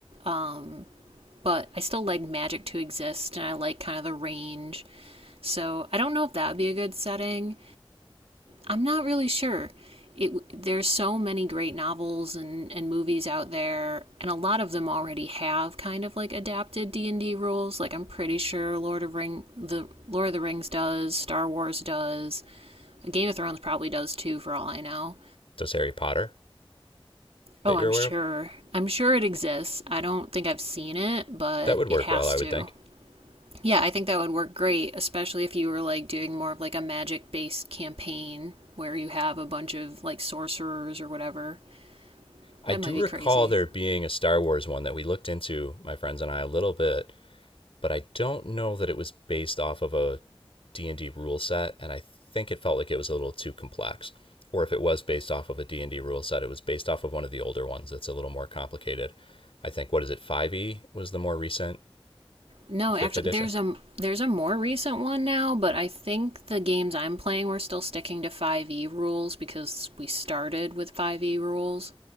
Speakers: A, on the right; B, on the left.
A: Um, but I still like magic to exist and I like kind of the range. So I don't know if that would be a good setting. I'm not really sure. It, there's so many great novels and, and movies out there, and a lot of them already have kind of like adapted D and D rules. Like I'm pretty sure Lord of Ring, the Lord of the Rings does, Star Wars does, Game of Thrones probably does too, for all I know.
B: Does Harry Potter that
A: Oh,
B: you're
A: I'm
B: aware
A: sure.
B: of?
A: I'm sure it exists. I don't think I've seen it, but
B: That would work
A: it has
B: well, I would
A: to.
B: think.
A: Yeah, I think that would work great, especially if you were like doing more of like a magic based campaign where you have a bunch of like sorcerers or whatever
B: I
A: That
B: do
A: might
B: recall
A: be crazy.
B: there being a Star Wars one that we looked into, my friends and I, a little bit, but I don't know that it was based off of a D and d rule set and I think it felt like it was a little too complex or if it was based off of a D and d rule set it was based off of one of the older ones that's a little more complicated. I think what is it 5e was the more recent
A: No, actually,
B: 5th edition.
A: there's a there's a more recent one now, but I think the games I'm playing we're still sticking to 5e rules because we started with 5e rules.